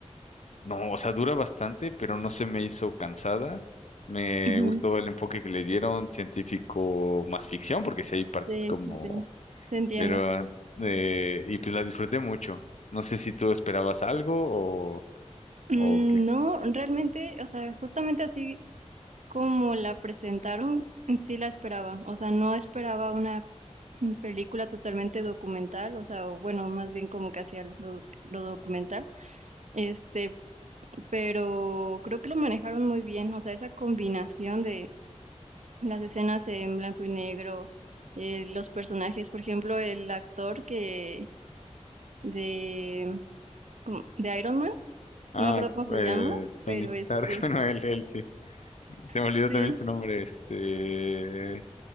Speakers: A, on the left; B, on the right.
A: no, o sea, dura bastante, pero no se me hizo cansada. Me
B: ujú.
A: gustó el enfoque que le dieron, científico más ficción, porque si hay partes
B: Sí,
A: como...
B: sí, sí. Te entiendo.
A: Pero, eh, y pues la disfruté mucho. No sé si tú esperabas algo o,
B: Mm,
A: o qué.
B: No, realmente, o sea, justamente así como la presentaron, sí la esperaba. O sea, no esperaba una mm, película totalmente documental, o sea, o bueno, más bien como que hacía lo, lo documental. Este, pero creo que lo manejaron muy bien. O sea, esa combinación de las escenas en blanco y negro, eh, los personajes, por ejemplo, el actor que de, como- de Iron Man,
A: Ah,
B: no me acuerdo cómo se
A: eh,
B: llama,
A: Tony
B: pero
A: Stark,
B: este,
A: <laughs> bueno, él, él, sí. Te me olvidó
B: sí.
A: también su nombre, este...